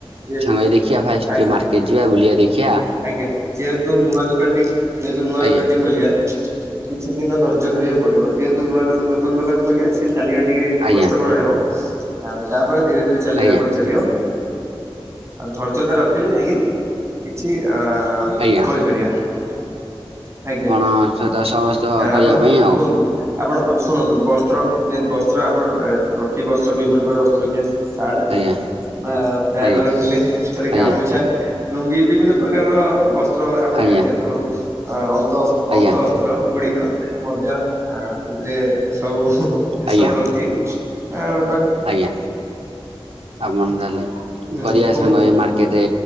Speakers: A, on the right; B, on the right.
A: ଯେ
B: ସାଙ୍ଗ ହେଇକି ଦେଖିବା ଫାଷ୍ଟେ
A: ଆଜ୍ଞା
B: ମାର୍କ କେ ଯିବା ବୁଲିବା ଦେଖିିବା।
A: ଆଜ୍ଞା ଯେହେତୁ ନୂଆ ଦୋକାନ ଟି ଯେହେତୁ ନୂଆ
B: ଆଜ୍ଞା
A: ଦୋକାନ ଟି ଖେଲିବା, କିଛି ଦିନ ଧର୍ଯ୍ୟ ଧରିବାକୁ ପଡିବ। ଯେହେତୁ ନୂଆ ଦୋକାନ ନୂତନ ଦୋକାନ ଖୋଲିଆ ସେ ଚାଲିବା ଟିକେ
B: ଆଜ୍ଞା
A: କଷ୍ଟକର ହେବ ଆଉ ତାପରେ ଧୀରେ ଧୀରେ ଚାଲିଲା
B: ଆଜ୍ଞା
A: ପରେ ଚାଲିବ। ଆଉ ଧୈର୍ଯ୍ୟତା ରଖିଲେ ଯାଇକି କିଛି ଅ
B: ଆଜ୍ଞା
A: <unintelligible> ଆଜ୍ଞା
B: ଆପଣ ସହିତ ସହସ୍ତ କରିବା
A: ଆପଣ
B: ପାଇଁ ଆଉ
A: କୁହନ୍ତୁ। ଆପଣ ଶୁଣନ୍ତୁ ବସ୍ତ୍ର ଯେମିତି ବସ୍ତ୍ର ଆପଣ ର ରଖିବେ ବସ୍ତ୍ର ବିଭିନ୍ନ ପ୍ରକାର ବସ୍ତ୍ର କିୟାସ ସାଟ୍
B: ଆଜ୍ଞା
A: ନା ପ୍ୟାଣ୍ଟ
B: ଆଜ୍ଞା
A: ରଖିଲେ ସେଥିରେ
B: ଆଜ୍ଞା
A: ଗାମୁଛା ଲୁଙ୍ଗି ବିଭିନ୍ନ ପ୍ରକାରର ବସ୍ ତ୍ର ଆପଣ
B: ଆଜ୍ଞା
A: ଜାଣିଥିବେ ତ ସବୁ ଅ ଅନ୍ତ
B: ଆଜ୍ଞା
A: ଅନ୍ତଃସ୍ତ୍ର ଗୁଡିକ ମଧ୍ୟ ଆ ସେଥିରେ ସବୁ
B: ଆଜ୍ଞା
A: ସବୁ ରଖିବେ। ଆ ବେ
B: ଆଜ୍ଞା ଆପଣ ତାହଲେ
A: ହୁଁ
B: କରିବା
A: କୁହନ୍ତୁ
B: ସାଙ୍ଗ ହେଇକି ମାର୍କେ କେଟେ